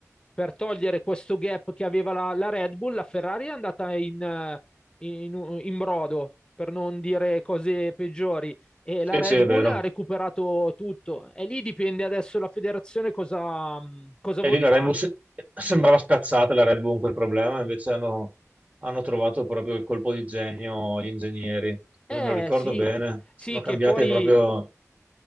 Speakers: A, on the left; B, on the right.
A: per togliere questo gap che aveva la, la Red Bull. La Ferrari è andata in eh, in- in brodo, per non dire cose peggiori e
B: sì,
A: la Red
B: sì, è
A: Bull
B: vero.
A: ha recuperato tutto e lì dipende adesso la federazione cosa, mh, cosa
B: E
A: vuol
B: lì la
A: fare.
B: Red Bull se- sembrava spiazzata la Red Bull con quel problema, invece hanno, hanno trovato proprio il colpo di genio gli ingegneri.
A: Eh
B: Non me lo ricordo
A: sì,
B: bene, sono
A: sì,
B: cambiate
A: che poi,
B: proprio